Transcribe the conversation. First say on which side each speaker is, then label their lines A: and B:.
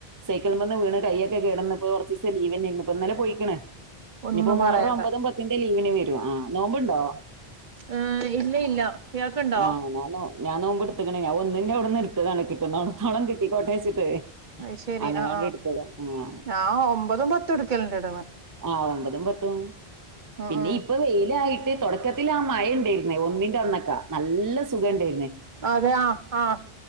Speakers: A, on the right; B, on the right.
A: സൈക്കിളിമ്മെന്ന് വീണ് കയ്യൊക്കെ കേടന്നിപ്പം കൊറച്ചീസം ലീവന്നെ അയ്ന്നു ഇപ്പം ഇന്നലെ പോയിക്ക്ണ്
B: ഒന്നും
A: ഇനിപ്പോ മുഹർറം
B: പറയണ്ട
A: ഒമ്പതും പത്തിൻ്റെം ലീവിന് ഇനി വരും ആഹ് നോമ്പുണ്ടോ
B: ആഹ് ഇല്ല ഇല്ല ഇയാൾക്കുണ്ടോ
A: ആഹ് ഞാനും ഞാൻ നോമ്പ് എടുത്ത്ക്കണ് ഞാൻ ഒന്നിന്റെ അവിടുന്ന് എടുത്തതാണ് കിട്ടുന്നടത്തോളം കിട്ടികോട്ടെവെ ച്ചിട്ട്
B: അത് ശെരി
A: അങ്ങനെ
B: ആ
A: അങ്ങട്
B: ആ
A: എടുത്തത ആഹ്
B: ഞാൻ ഒമ്പതും പത്തും എടുക്കലുണ്ട് ഇവിടുന്ന്
A: ആഹ് ഒമ്പതും പത്തും
B: ഉം
A: പിന്നെ
B: ഉം
A: ഇപ്പൊ വെയിലായി തൊടക്കത്തി ആ മഴ ഉണ്ടായിരുന്നേ ഒന്നിന്റെ അന്നൊക്കെ നല്ല സുഖം ഒണ്ടായിരുന്നു
B: അതെ ആഹ് ആഹ്